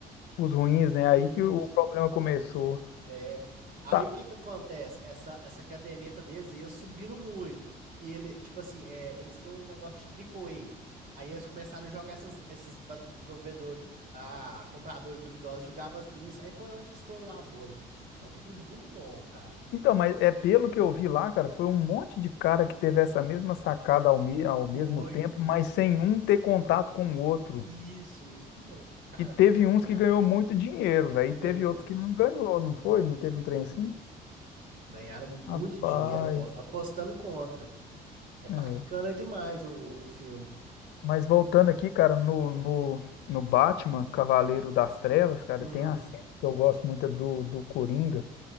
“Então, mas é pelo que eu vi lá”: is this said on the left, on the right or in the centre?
Left